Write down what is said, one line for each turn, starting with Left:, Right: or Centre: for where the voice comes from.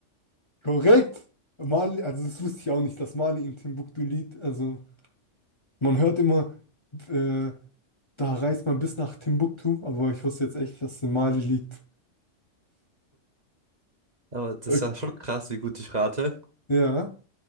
Left: Korrekt. Mali, also das wusste ich auch nicht, dass Mali in Timbuktu liegt. Also man hört immer, äh, da reist man bis nach Timbuktu, aber ich wusste jetzt echt, dass es in Mali liegt.
Right: Aber das
Left: Okay.
Right: war schon krass, wie gut ich rate.
Left: Ja.